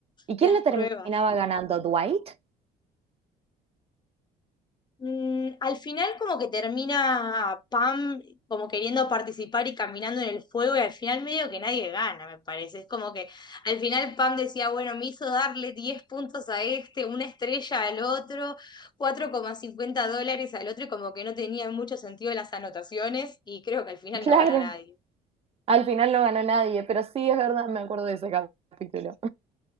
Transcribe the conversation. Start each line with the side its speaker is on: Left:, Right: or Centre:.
Right: ¿Y quién
Left: las
Right: lo terminaba
Left: pruebas.
Right: ganando? ¿Dwight?
Left: Mm, al final como que termina Pam como queriendo participar y caminando en el fuego y al final medio que nadie gana, me parece. Es como que al final Pam decía, bueno, me hizo darle 10 puntos a este, una estrella al otro, cuatro coma cincuenta dólares al otro y como que no tenía mucho sentido las anotaciones y creo que al final
Right: Claro,
Left: no gana nadie.
Right: al final no ganó nadie, pero sí es verdad, me acuerdo de ese capítulo.